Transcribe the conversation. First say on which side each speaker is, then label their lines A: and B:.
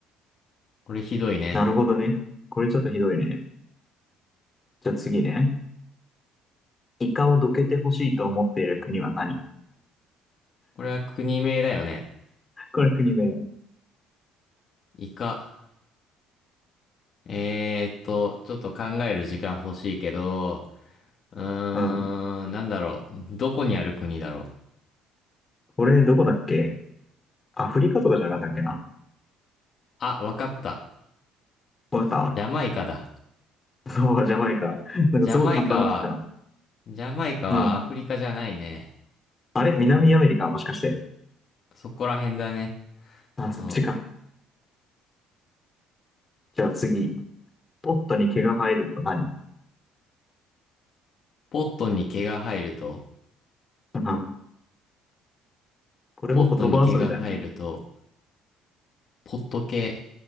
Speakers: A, on the left (about 50°); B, on the left (about 25°).
A: これひどいね。
B: なるほどね。これちょっとひどいね。じゃあ次ね。イカをどけてほしいと思っている国は何
A: これは国名だよね。
B: これ国名。
A: イカ。えーっと、ちょっと考える時間欲しいけど、うーん、
B: うん。
A: なんだろう。どこにある国だろう。
B: これどこだっけアフリカとかじゃなかったっけな。
A: あ、わかった。
B: わかっ
A: ジャマイカだ。
B: た。そう、ジャマイカ。なんかすごい簡単になってきたな。
A: ジャマイカは、ジャマイカはアフリカじゃないね。
B: うん。あれ南アメリカもしかして。
A: そこら辺だね。
B: あ、
A: その、
B: そっちか。じゃあ次。ポットに毛が生えると何
A: ポットに毛が生えると、
B: うんこれも言葉遊びだね。
A: ポットに毛が生えると、ポット系、